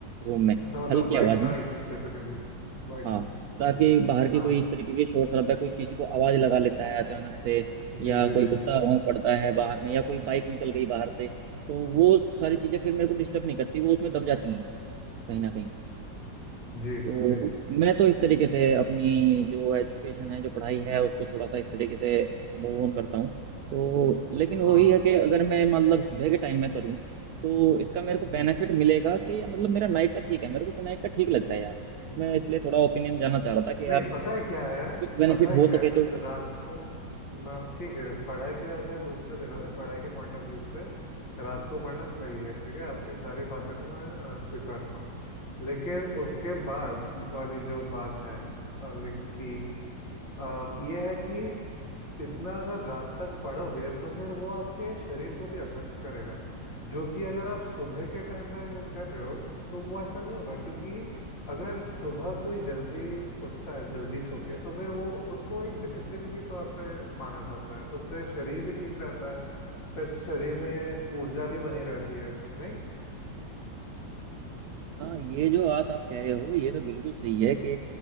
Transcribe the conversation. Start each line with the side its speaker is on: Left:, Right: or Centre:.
Right: रूम में
Left: अच्छा मतलब
Right: हल्की
Left: white
Right: आवाज़
Left: noise
Right: में
Left: basically White
Right: हाँ
Left: noise
Right: ताकि बाहर की
Left: हाँ
Right: कोई इस तरीके की शोर शराबा कोई किसी को आवाज़ लगा लेता है अचानक से या
Left: जी जी
Right: कोई
Left: जी
Right: कुत्ता
Left: जी
Right: भौंक पड़ता है बाहर में या कोई बाइक निकल गई बाहर से तो वो सारी चीज़ें फिर मेरे को डिस्टर्ब नहीं करती वो उसमें दब जाती हैं कहीं ना कहीं
Left: जी
Right: तो
Left: जी
Right: मैं तो इस तरीके से अपनी जो एजुकेशन है जो पढ़ाई है उसको थोड़ा सा इस तरीके से मूव ऑन करता हूँ तो लेकिन वही
Left: हाँ
Right: है कि अगर मैं मतलब सुबह के टाइम में करूँ तो इसका मेरे को
Left: हम्म।
Right: बेनिफिट मिलेगा कि या मतलब मेरा नाइट का ठीक है मेरे को तो नाइट का ठीक लगता है यार मैं इसलिए थोड़ा ओपिनियन जानना चाह रहा था कि यार
Left: नहीं पता है क्या है
Right: कुछ बेनिफिट
Left: पता है
Right: हो
Left: क्या
Right: सके
Left: है न-
Right: तो
Left: रात को मैं ठीक है पढ़ाई के अगर रूप से देखा जाए पढ़ाई के पॉइंट ऑफ व्यू से रात को पढ़ना सही है ठीक है आपकी सारी बातें को मैं अ, स्वीकारता हूँ लेकिन उसके बाद वाली जो बात है अ, ले- कि अ, ये है कि इतना अगर रात तक पढ़ोगे तो फिर वो आपके शरीर को भी अफेक्ट करेगा जो कि अगर आप सुबह के टाइम पे अगर कर रहे हो तो वो ऐसा नहीं होगा क्योंकि अगर सुबह कोई जल्दी उठता है जल्दी सो के तो फिर वो उसको एक डिसिप्लिन की तौर पे माना जाता है उससे शरीर भी ठीक रहता है फिर शरीर में ऊर्जा भी बनी रहती है नहीं
Right: हाँ ये जो बात आप कह रहे हो ये तो बिल्कुल सही है कि